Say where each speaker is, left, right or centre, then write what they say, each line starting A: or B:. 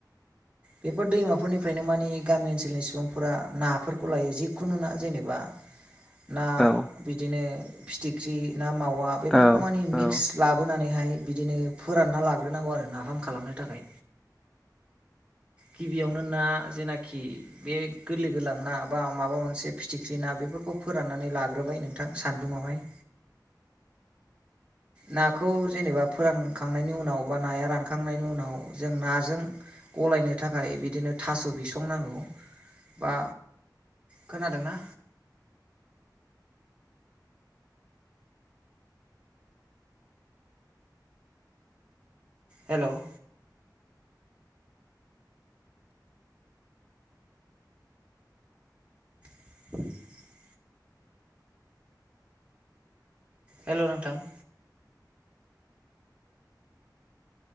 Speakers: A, on the right; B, in the centre.
A: बेफोर दैमाफोरनिफ्रायनो माने गामि ओनसोलनि सुबुंफोरा नाफोरखौ लायो जिखुनु ना जेनेबा ना
B: औ
A: बिदिनो फिथिख्रि, ना मावा बेफोरखौ
B: औ
A: माने मिक्स
B: औ
A: लाबोनानैहाय बिदिनो फोरानना लाग्रोनांगौ आरो नाफाम खालामनो थाखाय। गिबियावनो ना जेनाखि बे गोरलै गोरलाम ना बा माबा मोनसे फिथिख्रि ना बे बेफोरखौ फोराननानै लाग्रोबाय नोंथां सान्दुंआवहाय। नाखौ जेनेबा फोरानखांनायनि उनाव बा नाया रानखांनायनि उनाव जों नाजों गलायनो थाखाय बिदिनो थास' बिसं नांगौ बा खोनादों ना? हेल'? <unintelligible> हेल' नोंथां?